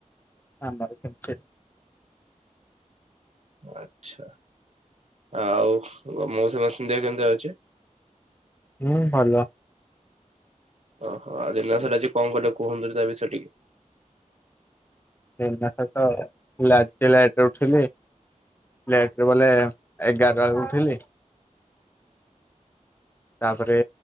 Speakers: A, on the left; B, on the right.
A: ଆମର ସେମିତି
B: ଆଚ୍ଛା। ଆଉ ମୁଁ ସମସ୍ତ ସନ୍ଧ୍ୟା କେମିତି ଅଛି?
A: ହୁଁ ଭଲ।
B: ଓହୋ ଆଉ ଦିନ ସାରା ଆଜି କଣ କଲେ କୁହନ୍ତୁ ତା ବିଷୟରେ ଟିକେ।
A: ଦିନ ସାରା ତ <unintelligible> ଲେଟ୍ ରେ ଉଠିଲି। ଲେଟରେ ବୋଲେ ଏଗାରଟା ବେଳକୁ ଉଠିଲି। ତାପରେ